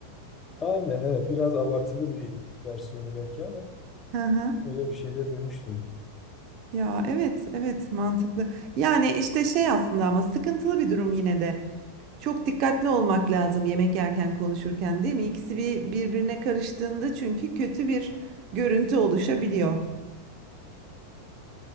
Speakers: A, on the left; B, on the right.
A: Aynen evet. Biraz abartılı bir versiyonu belki ama
B: Hı hı.
A: öyle bir şey de duymuştum.
B: Ya evet evet mantıklı. Yani işte şey aslında ama sıkıntılı bir durum yine de. Çok dikkatli olmak lazım yemek yerken konuşurken değil mi? İkisi bir birbirine karıştığında çünkü kötü bir görüntü oluşabiliyor.